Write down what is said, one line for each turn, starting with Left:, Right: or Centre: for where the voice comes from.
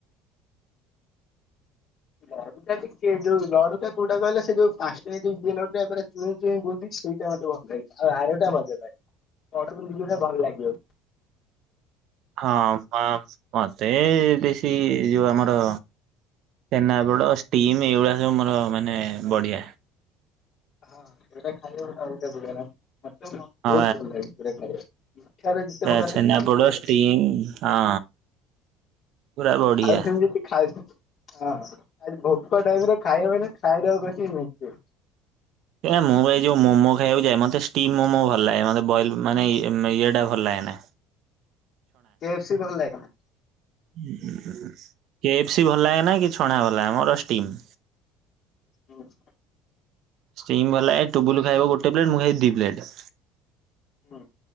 Right: <inaudible>
Left: ଲଡ଼ୁ ଟା ଟିକେ ଯୋଉ ଲଡ଼ୁ ଟା କୋଉଟା କହିଲ ସେ ଯୋଉ ପାଁସ୍ ଟଙ୍କିଆ ଯୋଉ ଇଏ ଲଡ଼ୁ ଟା <unintelligible> <unintelligible> ସେଇଟା ମୋତେ ଭଲ ଲାଗେ ଆଉ ଆରଟା ମଜା ଲାଗେ <unintelligible> ଭଲ ଲାଗିବ।
Right: ହଁ ମ-ମତେ ବେଶୀ ଏଇ ଯୋଉ ଆମର ଛେନାପୋଡ଼ ଷ୍ଟିମ ଏଇଗୁଡ଼ା ସବୁ ମୋର ମାନେ ବଢ଼ିଆ।
Left: ହଁ ଏଟା ଖାଇବ ଗୋଟେ ଅଲଗା ପ୍ରକାର ମତେ ମ
Right: ହଁ
Left: ବୋହୁତ ଭଲ ଲାଗେ। <unintelligible> ପ୍ରକାର
Right: ଆ ଛେନାପୋଡ଼
Left: ଅଛି ବଢିଆ
Right: ଷ୍ଟିମ ହଁ। ପୁରା ବଢିଆ।
Left: ଖାଉଥିବି ଯଦି ଖାଉ ଆଚ୍ଛା ଆ <unintelligible> ଭୋକ ଟାଇମ ରେ ଖାଇବ ମାନେ ଖାଇଦବ କଷିକି ମେଞ୍ଚେ।
Right: ଏରା ମୁଁ ବା ଏଇ ଯୋଉ ମୋମୋ ଖାଇବା କୁ ଯାଏ ମତେ ଷ୍ଟିମ ମୋମୋ ଭଲ ଲାଗେ ମତେ ବଏଲ ମାନେ ଇଏ ମ୍ ଇଏ ଟା ଭଲ ଲାଗେ ନା। ହ <unintelligible>
Left: କେ ଏଫ ସି ଭଲ ଲାଗେନା?
Right: ହୁଁ କେ ଏଫ୍ ସି ଭଲ ଲାଗେ ନା କି ଛଣା ଭଲ ଲାଗେନା ମୋର ଷ୍ଟିମ୍।
Left: <unintelligible>
Right: ଷ୍ଟିମ୍ ଭଲ ଲାଗେ ଟୁବୁଲୁ ଖାଇବ ଗୋଟେ ପ୍ଲେଟ ମୁଁ ଖାଇବି ଦି ପ୍ଲେଟ୍।
Left: ହଁ।